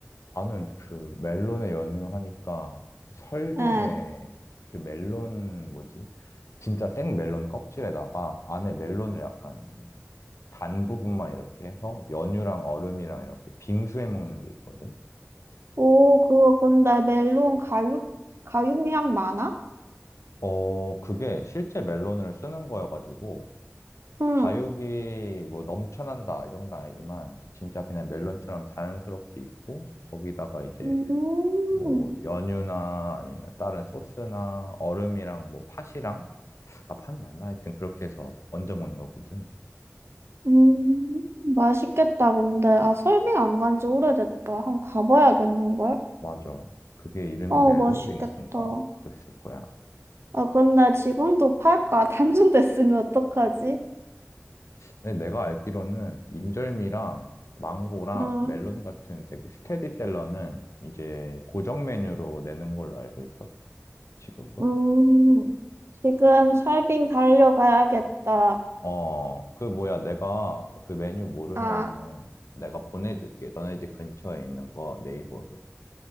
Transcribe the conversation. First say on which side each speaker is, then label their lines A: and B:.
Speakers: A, on the left; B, on the right.
A: 나는 그 멜론에 연유하니까 그 설빙에
B: 예,
A: 그 멜론 뭐지? 진짜 생 멜론 껍질에다가 안에 멜론을 약간 단 부분만 이렇게 해서 연유랑 얼음이랑 이렇게 빙수해 먹는 게 있거든.
B: 오, 그거 근데 멜론 가육, 가육량 많아?
A: 어, 그게 실제 멜론을 쓰는 거여가지고
B: 응.
A: 과육이 뭐 넘쳐난다 이 정도 는 아니지만 진짜 그냥 멜론처럼 자연스럽게 있고 거기다가 이제
B: 음,
A: 뭐 연유나 아니면 다른 소스나 얼음이랑 뭐 팥이랑 아, 팥 맞나? 하여튼 그렇게 해서 얹어 먹는 거거든.
B: 음, 맛있겠다, 근데. 아, 설빙 안 간지 오래됐다. 한번 가봐야겠는걸?
A: 맞아. 그게 이름이
B: 어,
A: 멜론
B: 맛있겠다.
A: 빙수인가? 그랬을 거야.
B: 아, 근데 지금도 팔까? <laughs> 단종됐으면 어떡하지?
A: 근데 내가 알기로는 인절미랑 망고랑
B: 음,
A: 멜론 같은 되게 스테디셀러는 이제 고정 메뉴로 내는 걸로 알고 있거든. 지금도?
B: 음, 지금 설빙 달려가야겠다.
A: 어, 그 뭐야 내가 그 메뉴 모르면은
B: 아,
A: 내가 보내줄게. 너네 집 근처에 있는 거 네이버로.